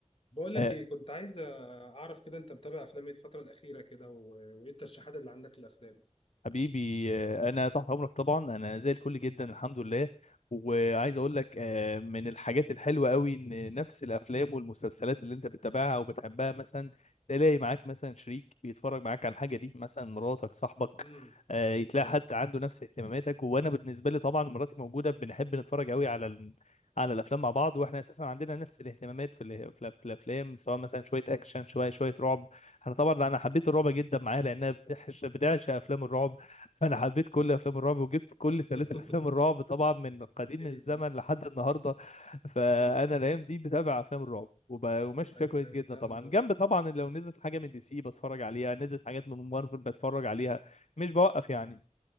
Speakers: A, on the left (about 50°); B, on the left (about 70°).
A: بقول
B: آه،
A: لك ايه كنت عايز اعرف كده انت متابع افلام ايه الفتره الاخيره كده و... وايه الترشيحات اللي عندك للافلام
B: حبيبي آه، انا تحت امرك طبعا انا زي الفل جدا الحمد لله وعايز اقول لك آه، من الحاجات الحلوه قوي ان نفس الافلام والمسلسلات اللي انت بتتابعها وبتحبها مثلا تلاقي معاك مثلا شريك بيتفرج معاك على الحاجه دي مثلا مراتك صاحبك
A: امم
B: آه،
A: اكيد
B: يتلاقي
A: طبعا
B: حد عنده نفس اهتماماتك وانا بالنسبه لي طبعا مراتي موجوده بنحب نتفرج قوي على ال... على الافلام مع بعض واحنا اساسا عندنا نفس الاهتمامات في ال- في ال- في الافلام سواء مثلا شويه اكشن شويه شويه رعب انا طبعا انا حبيت الرعب جدا معاها لانها بتعشق بتعشق افلام الرعب فانا حبيت كل افلام الرعب وجبت كل سلاسل
A: <laughs>
B: افلام الرعب طبعا من قديم
A: اوكي
B: الزمن لحد النهارده فانا
A: امم
B: الايام دي بتابع افلام الرعب وب- وماشي فيها
A: طيب،
B: كويس جدا
A: جامد
B: طبعا جنب طبعا لو نزلت حاجه من دي سي بتفرج عليها نزلت حاجات من مارفل بتفرج عليها مش بوقف يعني